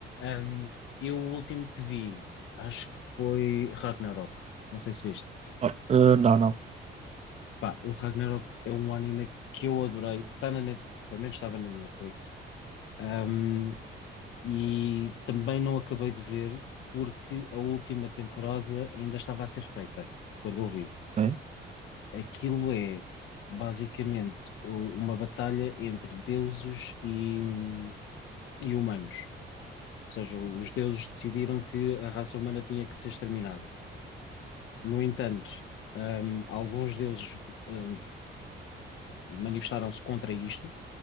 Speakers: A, on the left; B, on the right.
A: Ahm, eu o último que vi, acho que foi Ragnarok. Não sei se viste.
B: Ah, não, não.
A: Pá, o Ragnarok é um anime que eu adorei. Está na Netflix, pelo menos estava na Netflix. Ahm, e também não acabei de ver porque a última temporada ainda estava a ser feita quando eu vi.
B: Ok.
A: Aquilo é basicamente o- uma batalha entre deuses e, e humanos. Ou seja, os deuses decidiram que a raça humana tinha que ser exterminada. No entanto, hum, alguns deuses, hum, manifestaram-se contra isto